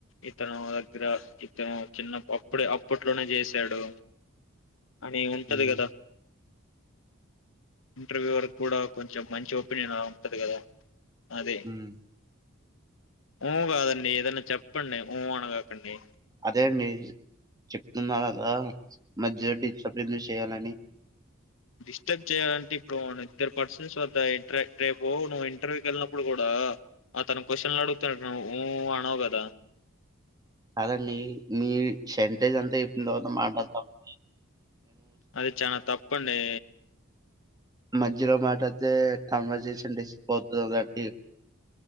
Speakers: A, on the left; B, on the right.
A: ఇతను దగ్గర ఇతను చిన్న అప్పుడే అప్పట్లోనే చేసాడు అని ఉంటది
B: ఉమ్.
A: కదా ఇంటర్వ్యూ వరకు కూడా కొంచెం మంచి ఒపీనియన్ అలా ఉంటది కదా అదే
B: ఉమ్.
A: ఉమ్ కాదండి ఏదన్నా చెప్పండి ఊ అన కాకండి
B: అదే అండి చెప్తున్నా కదా మధ్య డిస్టర్బెందుకు చేయాలని
A: డిస్టర్బ్ చేయాలంటే ఇప్పుడు ఇద్దరు పర్సన్స్ వద్ద ఇంట రేపు నువ్వు ఇంటర్వ్యూకి వెళ్ళినప్పుడు కూడా అతను క్వశన్లు అడుగుతున్నా ఊ అనవు కదా
B: కాదండి మీ సెంటేజ్ అంతా అయిపోయిన తర్వాత మాట్లాడదామండి
A: అది చానా తప్పండి
B: మధ్యలో మాట అయితే కాన్వర్జేషన్ డిస్పోతుంది కాట్టి